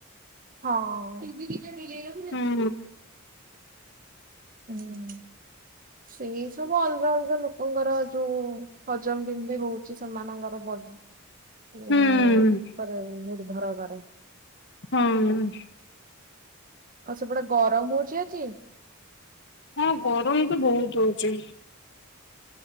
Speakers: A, on the right; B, on the left.
A: ହଁ।
B: ହୁଁ।
A: ହୁଁ। ସେଇ ସବୁ ଅଲଗା ଅଲଗା ଲୋକଙ୍କର ଯୋଉ ହଜମ କେମିତି ହଉଛି ସେମାନଙ୍କର ବ ଉ
B: ହୁଁ।
A: ଉପରେ ନିର୍ଭର କରେ।
B: ହଁ।
A: ଆଉ ସେପଟେ ଗରମ ହଉଛି ଆଜି?
B: ହଁ ଗରମ ତ ବହୁତ ହଉଛି।